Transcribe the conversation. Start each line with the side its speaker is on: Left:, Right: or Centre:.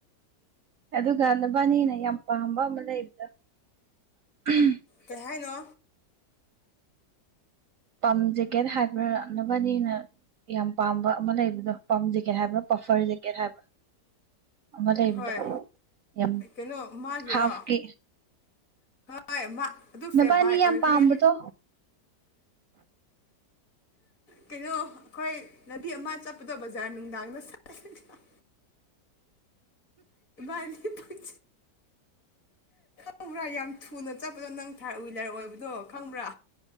Right: ꯑꯗꯨꯒ ꯅꯨꯕꯥꯅꯤꯅ ꯌꯥꯝ ꯄꯥꯝꯕ ꯑꯃ ꯂꯩꯕꯗꯣ ꯑꯝ
Left: ꯀꯩ ꯍꯥꯏꯅꯣ
Right: ꯄꯥꯝ ꯖꯦꯀꯦꯠ ꯍꯥꯏꯕ꯭ꯔ ꯅꯕꯥꯅꯤꯅ ꯌꯥꯝ ꯄꯥꯝꯕ ꯑꯃ ꯂꯩꯕꯗꯣ ꯄꯥꯝ ꯖꯦꯀꯦꯠ ꯍꯥꯏꯕ꯭ꯔꯥ ꯄꯐꯔ ꯖꯦꯀꯦꯠ ꯍꯥꯏꯕ꯭ꯔ ꯑꯃ ꯂꯩꯕꯗꯣ
Left: ꯍꯣꯏ
Right: ꯌꯥꯝ
Left: ꯀꯩꯅꯣ ꯃꯥꯒꯤꯔꯣ
Right: ꯍꯥꯐꯀꯤ
Left: ꯍꯣꯏ ꯃꯥ ꯑꯗꯨ
Right: ꯅꯕꯥꯅꯤ
Left: ꯐꯦꯚꯥꯏꯠ ꯑꯣꯏꯈ꯭ꯔꯦ
Right: ꯌꯥꯝ ꯄꯥꯝꯕꯗꯣ
Left: ꯀꯩꯅꯣ ꯑꯩꯈꯣꯏ ꯂꯝꯕꯤ ꯑꯃ ꯆꯠꯄꯗꯣ ꯕꯖꯥꯔ ꯅꯨꯡꯗꯥꯡꯗ ꯆꯠ ꯑꯟꯏꯟꯇꯦꯜꯂꯤꯖꯦꯕꯜ ꯑꯟꯏꯟꯇꯦꯜꯂꯤꯖꯦꯕꯜ ꯈꯪꯕ꯭ꯔꯥ ꯌꯥꯝ ꯊꯨꯅ ꯆꯠꯄꯗꯣ ꯅꯪ ꯊꯥꯔꯠ ꯍꯋꯤꯂꯔ ꯑꯣꯏꯕꯗꯣ ꯈꯪꯕ꯭ꯔꯥ